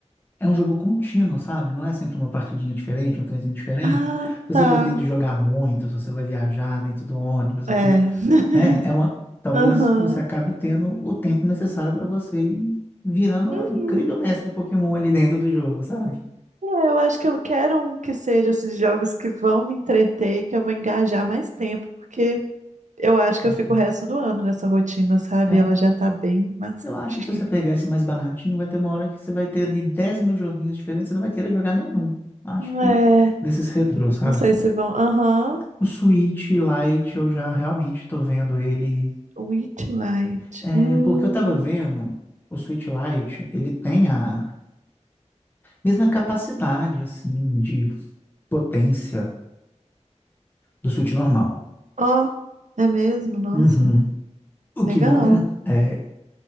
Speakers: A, on the left; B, on the right.
A: É um jogo contínuo, sabe? Não é sempre uma partidinha diferente, um trenzinho diferente.
B: Ah,
A: Se
B: tá.
A: você pretende jogar muito, se você vai viajar dentro do ônibus
B: É.
A: e tudo.
B: <laughs>
A: né? É uma, talvez
B: Aham.
A: você acabe tendo o tempo necessário para você ir virando
B: Uhum.
A: uma incrível mestre Pokémon ali dentro do jogo, sabe?
B: É, eu acho que eu quero um que seja esses jogos que vão me entreter e que eu vou engajar mais tempo, porque eu acho que
A: Uhum.
B: eu fico o resto do ano nessa rotina, sabe?
A: É,
B: Ela já tá bem maçante.
A: eu acho que se você pegar
B: <laughs>
A: esse mais baratinho, vai ter uma hora que você vai ter ali 10 mil joguinhos diferentes, você não vai querer jogar nenhum. Acho
B: É,
A: que desses retrôs, sabe?
B: não sei se vão. Aham.
A: O Switch Lite, eu já realmente tô vendo ele.
B: Witchlight.
A: É,
B: Hum.
A: porque eu tava vendo, o Switch Lite, ele tem a mesma capacidade, assim, de potência do Switch normal.
B: Ó, é mesmo? Nossa.
A: Uhum. O que
B: Legal.
A: muda é,